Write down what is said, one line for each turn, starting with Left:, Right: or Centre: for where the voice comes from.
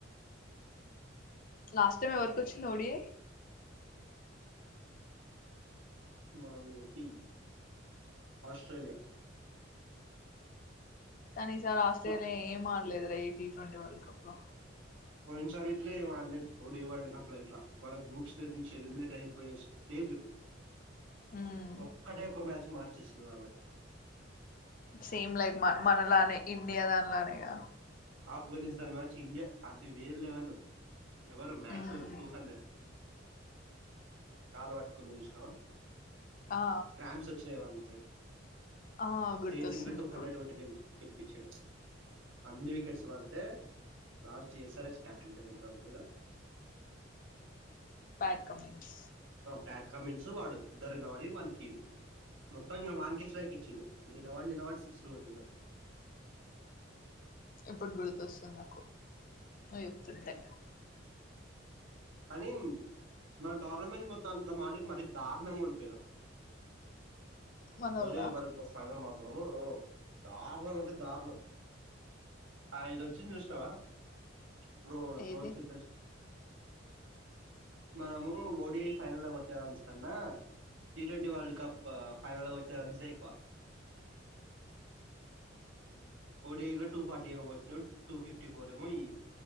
Left: లాస్ట్ టైమ్ ఎవరికి వచ్చింది ఓడిఐ
Right: మార్నింగ్ టీ ఆస్ట్రేలియా
Left: కానీ ఈసారి ఆస్ట్రేలియా
Right: మ-
Left: ఏం అడ్లే లేదు రా ఈ టీ ట్వంటీ వర్ల్డ్ కప్ లో
Right: పోయిన సారి ఇట్లే వనేత్ పోతే వరల్డ్ కప్ ల ఇట్ల వాళ్ళ గ్రూప్స్ దగ్ నుంచి ఎలిమినేటు అయిపోయే స్టేజు
Left: ఉమ్
Right: ఒక్కటెక్కుమే వచ్చి మార్చేసిన్వాల్లె
Left: సేమ్ లైక్ మ మనలానే ఇండియా దానిలానే య
Right: ఆఫ్ఘనిస్తాన్ మ్యాచ్ ఇండియా అది వేరు లెవెల్ ఎవరు మ్యాక్సివల్
Left: ఉమ్
Right: టూ హండ్రెడ్ కాలు వట్టుకుంది చూసినావ
Left: ఆ
Right: క్రామ్స్ వచ్చినాయి వానీకి
Left: ఆ గుర్తొస్తుంది
Right: కేేజింగ్ ల టూ
Left: ఇప్పుడు
Right: హండ్రెడ్ కొట్టి గెలిచి తెప్పిచినా అన్ని వికెట్స్ వడుతే లాస్ట్ ఎస్ఆర్ఎచ్ క్యాప్టన్ పేరు ఏం పేరో ఉంటుది గదా
Left: బ్యాడ్ కమెంట్స్
Right: బ్యాడ్ కామెంట్స్ వాడు ఇద్దరు నిలవాడి వాన్ కి మొత్తం ఇంక వాన్కె స్ట్రైక్ ఇచ్చిడు. నిలవాడి నిలవాడి సిక్స్ కొట్టిడు.
Left: ఇప్పుడు గుర్తొస్తుంది నాకు నువ్ చెప్తుంటే
Right: అరే మన టోర్నమెంట్ మొత్తం అంత మ మరి దారుణంగా ఓడిపోయారు.
Left: మనోళ్ళ
Right: ఓడిఐ ఫైనల్ మాకు అవును దారుణంగంటే దారుణం. ఆ ఇదొచ్చింది చూసినావా. ఇప్పుడు ట్రోల్స్వి
Left: ఏది
Right: మనము ఓడిఐ ఫైనల్ వచ్చే రన్స్ కన్నా, టీ ట్వంటీ వరల్డ్ కప్ ఫైనల్లో వచ్చే రన్సే ఎక్కువ. ఓడిఐ లో టూఫార్టీ ఏమో కొట్టినడు టూ ఫిఫ్టీ ఫోరేమో ఇయి